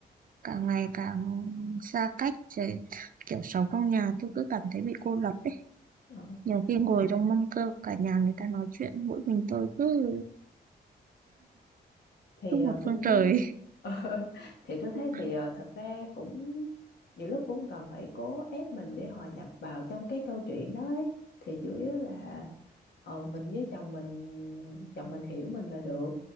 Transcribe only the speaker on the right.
càng ngày càng xa cách rồi kiểu sống trong nhà tôi cứ cảm thấy bị cô lập ấy.
Nhiều khi ngồi trong mâm cơm cả nhà người ta nói chuyện mỗi mình tôi cứ
cứ một
phương
trời.
<laughs>